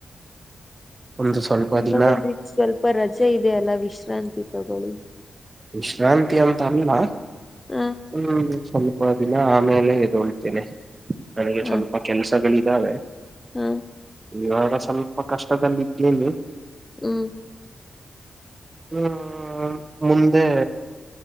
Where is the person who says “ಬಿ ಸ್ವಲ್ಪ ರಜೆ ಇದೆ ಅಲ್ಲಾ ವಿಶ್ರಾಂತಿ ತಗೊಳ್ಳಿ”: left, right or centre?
Left